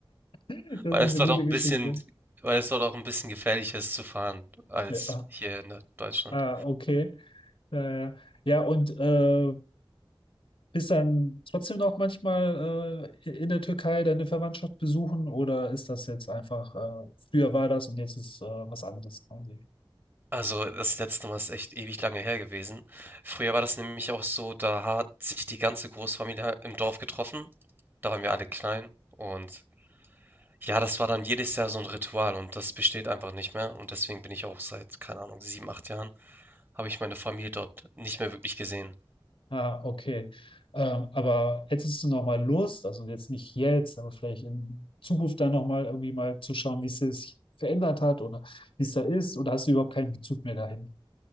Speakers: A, on the left; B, on the right.
A: ist eine
B: weil es dort
A: gute
B: auch ein
A: Geschichte.
B: bisschen weil es dort auch ein bisschen gefährlicher ist zu fahren als
A: Ja.
B: hier in, äh, Deutschland.
A: Ah, okay. Äh, ja, und äh, Bist dann trotzdem noch manchmal äh, in der Türkei deine Verwandtschaft besuchen oder ist das jetzt einfach, äh, früher war das und jetzt ist äh, was anderes quasi?
B: Also, das letzte Mal ist echt ewig lange her gewesen. Früher war das nämlich auch so, da hat sich die ganze Großfamilie halt im Dorf getroffen. Da waren wir alle klein und ja, das war dann jedes Jahr so ein Ritual und das besteht einfach nicht mehr und deswegen bin ich auch seit, keine Ahnung, sieben, acht Jahren habe ich meine Familie dort nicht mehr wirklich gesehen.
A: Ah, okay. Ähm, aber hättest du noch mal Lust, also jetzt nicht jetzt, aber vielleicht in Zukunft dann noch mal irgendwie mal zu schauen, wie es sich verändert hat oder wie es da ist oder hast du überhaupt keinen Bezug mehr dahin?